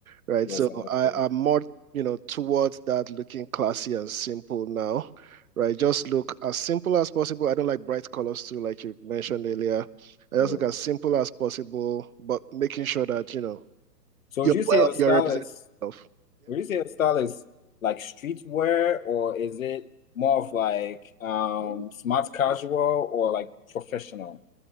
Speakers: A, on the right (about 55°); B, on the left (about 55°).
A: right?
B: Yes,
A: So
B: I
A: I
B: agree.
A: am more, you know, towards that looking classy and simple now, right? Just look as simple as possible. I don't like bright colors too, like you mentioned earlier. I just
B: Yeah.
A: look as simple as possible, but making sure that, you know,
B: So would
A: you're
B: you say
A: well,
B: your style
A: you're representing
B: is
A: yourself.
B: Retail style is like streetwear, or is it more of like um
A: Yeah.
B: smart casual or like professional?